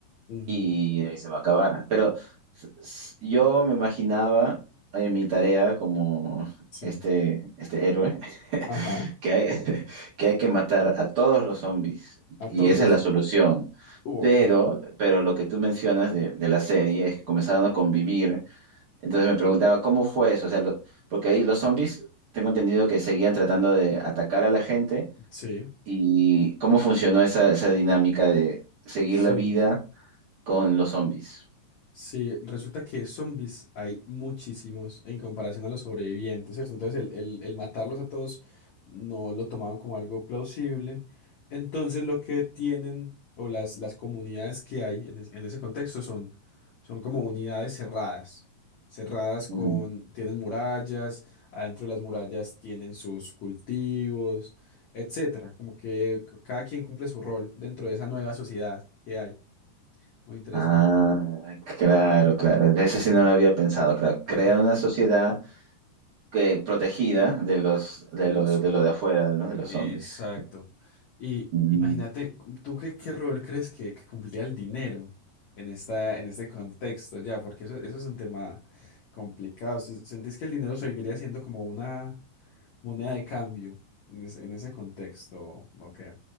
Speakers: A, on the left (about 85°); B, on the right (about 55°).
A: Ujú,
B: y ahí se va a acabar. Pero s- s- yo me imaginaba en mi tarea como
A: Sí.
B: este, este héroe <laughs>
A: Ajá.
B: que hay, <laughs> que hay que matar a todos los zombies
A: A
B: y
A: todos.
B: esa es la solución.
A: Uh,
B: Pero,
A: ok.
B: pero lo que tú mencionas de, de la serie es que comenzaron a convivir. Entonces me preguntaba, ¿cómo fue eso? O sea, lo- porque ahí los zombies, tengo entendido que seguían tratando de atacar a la gente
A: Sí.
B: y cómo funcionó esa, esa dinámica de seguir
A: Sí.
B: la vida con los zombies.
A: Sí, resulta que zombies hay muchísimos en comparación a los sobrevivientes, ¿cierto? Entonces el, el- el matarlos a todos no lo tomaban como algo plausible. Entonces lo que tienen o las, las comunidades que hay en, es- en ese contexto son, son como unidades cerradas, cerradas con,
B: Mm.
A: tienen murallas, adentro de las murallas tienen sus cultivos, etcétera. Como que cada quien cumple su rol dentro de esa nueva sociedad que hay. Muy interesante.
B: Ah,
A: Sí.
B: claro, claro. Eso sí
A: Sí.
B: no lo había pensado, claro.
A: Ajá,
B: Crear una sociedad que, protegida de los, de
A: del
B: lo,
A: oso.
B: de lo de afuera, ¿no? De los
A: Exacto.
B: zombies.
A: Y
B: Mm.
A: imagínate, ¿tú qué, qué rol crees que, que cumpliría el dinero en esta, en este contexto ya? Porque eso, eso es un tema complicado. Se- ¿Sentís que el dinero seguiría siendo como una moneda de cambio en, es- en ese contexto? ¿O qué?